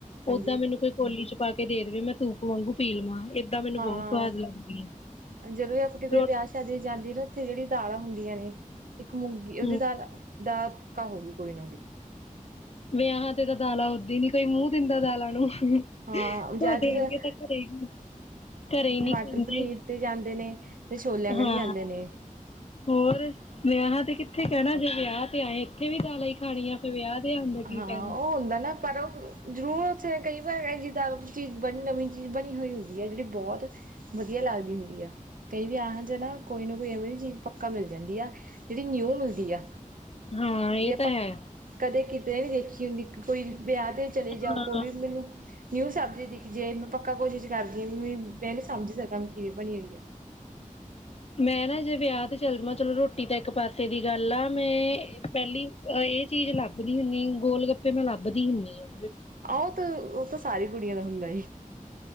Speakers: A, on the right (about 80°); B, on the left (about 45°).
A: ਹਾਂਜੀ
B: ਓਦਾ, ਮੈਨੂੰ ਕੋਈ ਕੋਲੀ ਚ ਪਾ ਕੇ ਦੇਵੇ ਮੈਂ ਸੂਪ, ਵਾਂਗੂ ਪੀ ਲਵਾਂ। ਏਦਾਂ ਮੈਨੂੰ
A: ਹਾਂ
B: ਬਹੁਤ ਸਵਾਦ ਲੱਗਦੀ ਹੈ
A: ਜਦੋਂ ਵੀਅਸੀਂ ਕਿਤੇ
B: ਰੋ
A: ਵਿਆਹ ਸ਼ਾਦੀ ਜਾਂਦੀ ਆ ਉੱਥੇ ਜਿਹੜੀ ਦਾਲਾਂ ਹੁੰਦੀ ਗਿਆਨੀ। ਇੱਕ ਮੂੰਗੀ, ਉਹਦੀ
B: ਹਮ
A: ਦਾਲ ਦਾ ਪੱਕਾ ਹੋਗੀ, ਕੋਈ ਨਾ ਓਵੀ।
B: ਵਿਆਹਾਂ, ਤੇ ਤਾਂ ਦਾਲਾਂ ਹੁੰਦੀ ਨੀ, ਕੋਈ ਮੂੰਹ ਦਿੰਦਾ ਦਾਲਾਂ ਨੂੰ।
A: ਹਾ
B: ਸਾਡੇ
A: ਜਾਇਦਾ ਜਾਇਦਾ
B: ਵਰਗੇ ਤਾਂ ਘਰੇ ਹੀ ਘਰੇ ਹੀ ਨਹੀਂ
A: ਮਟਰ
B: ਖਾਂਦੇ
A: ਪਨੀਰ, ਤੇ ਜਾਂਦੇ ਨੇ। ਤੇ ਛੋਲਿਆਂ ਕਣੀ
B: ਹਾਂ,
A: ਜਾਂਦੇ ਨੇ
B: ਹੋਰ ਵਿਆਹਾਂ ਤੇ ਕਿੱਥੇ ਕਹਿਣਾ ਜੇ ਵਿਆਹ। ਤੇ ਆਏਂ ਇੱਥੇ ਵੀ ਦਾਲਾ, ਹੀ ਖਾਣੀ ਆ ਤੇ ਵਿਆਹ ਤੇ ਆਉਣ ਦਾ ਕੀ
A: ਹਾਂ
B: ਫਾਇਦਾ
A: ਹਾਂ, ਉਹ ਹੁੰਦਾ ਨਾ ਪਰ ਉਹ ਜ਼ਰੂਰ ਕਈ ਵਾਰ ਜਿੱਦਾਂ ਚੀਜ਼ ਬਣੀ, ਨਵੀਂ ਚੀਜ਼ ਬਣੀ, ਹੋਈ ਹੁੰਦੀ ਆ, ਜਿਹੜੀ ਬਹੁਤ ਵਧੀਆ ਲੱਗਦੀ ਹੁੰਦੀ ਆ ਕਈ ਵੀ ਇਹੋ ਜਿ ਨਾ ਕੋਈ ਨਾ ਕੋਈ ਐਵੇਂ ਚੀਜ਼ ਪੱਕਾ ਮਿਲ ਜਾਂਦੀ ਆ, ਜਿਹੜੀ ਨਿਊ ਮਿਲਦੀ ਆ।
B: ਹਾਂ ਇਹ
A: ਦੇ
B: ਤਾਂ
A: ਪਕ
B: ਹੈ
A: ਕਦੇ ਕਿਤੇ, ਦੇ ਹੈਖੀ ਹੁੰਦੀ ਕੁਈ। ਵਿਆਹ, ਤੇ ਚਲੇ
B: ਹਾਂ
A: ਜਾਓ, ਕੋਈ ਵੀ ਮੈਨੂੰ ਨਿਊ ਸਬਜੀ, ਦਿਖ ਜੇ ਮੈਂ ਪੱਕਾ ਕੋਸ਼ਿਸ਼ ਕਰਦੀ ਹਾਂ। ਵੀ, ਮੈਂ ਇਹਨੂੰ ਸਮਝ ਸਕਾਂ ਕਿਵੇਂ ਬਣੀ ਹੋਈ ਆ।
B: ਮੈਂ ਨਾ ਜੇ ਵਿਆਹ ਤੇ ਚੱਲ ਜਾਵਾਂ, ਚਲੋ ਰੋਟੀ ਤਾਂ ਇੱਕ ਪਾਸੇ ਦੀ ਗੱਲ ਆ, ਮੈਂ ਪਹਿਲੀ ਇਹ ਚੀਜ਼ ਲੱਭਦੀ ਹੁੰਦੀ ਗੋਲ ਗੱਪੇ, ਮੈਂ ਲੱਭਦੀ ਹੁੰਦੀ ਹਾਂ।
A: ਆਹੋ, ਤਾਂ ਉਹ ਤਾਂ ਸਾਰੀ ਕੁੜ ਦੀਆਂ ਹੁੰਦਾ ਆ